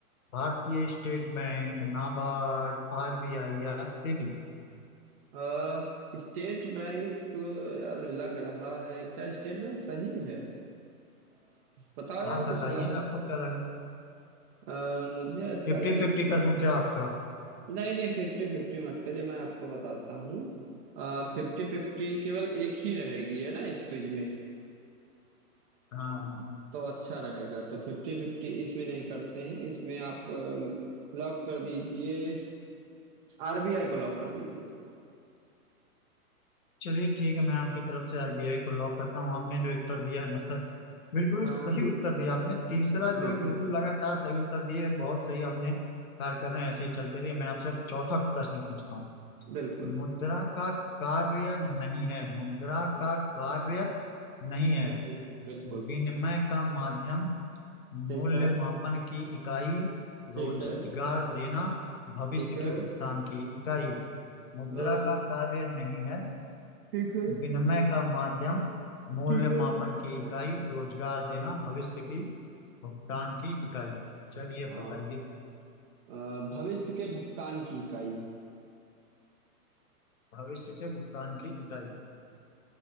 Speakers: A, on the left; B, on the right.
A: भारतीय स्टेट बैंक नाबार्ड आरबीआई या सेबी
B: अ, स्टेट बैंक यार लग रहा है क्या स्टेट बैंक सही है अ, बताओ यार
A: आप बताइए
B: कुछ सलाह
A: आपको क्या लगा
B: अ, मुझे ऐसा
A: फिफ्टी
B: लग
A: फिफ्टी कर दूं क्या आपका
B: नहीं नहीं फिफ्टी फिफ्टी मत करिए मैं आपको बताता हूँ फिफ्टी फिफ्टी केवल एक ही रहेगी है ना इस क्विज में
A: हाँ
B: तो अच्छा रहेगा तो फिफ्टी फिफ्टी इसमें नहीं करते हैं इसमें आप लॉक कर दीजिए आरबीआई को लॉक कर दीजिए
A: चलिए ठीक है मैं आपकी तरफ से आरबीआई को लॉक करता हूँ आपने जो उत्तर दिया है ना सर बिल्कुल
B: हाँ
A: ही सही
B: हाँ
A: उत्तर दिया आपने तीसरा
B: बिल्कुल
A: जो है बिल्कुल लगातार सही उत्तर दिए बहुत सही आपने कार्य कर रहे हैं ऐसे ही चलते रहिए मैं आपसे अब चौथा प्रश्न पूछता हूँ
B: बिल्कुल
A: मुद्रा का कार्य नहीं है मुद्रा का कार्य नहीं है
B: बिल्कुल नहीं है, बिल्कुल
A: विनिमय का माध्यम
B: ठीक
A: मूल्य
B: है
A: मापन की इकाई
B: ठीक
A: रोजगार
B: है
A: देना भविष्य
B: ठीक
A: की
B: है
A: भुगतान की इकाई मुद्रा
B: अ,
A: का कार्य नहीं है
B: ठीक है
A: विनिमय का माध्यम मूल्य
B: ठीक है
A: मापन की इकाई रोजगार देना भविष्य की भुगतान की इकाई चलिए बताइए
B: हाँ अ, भविष्य के भुगतान की इकाई
A: भविष्य के भुगतान की इकाई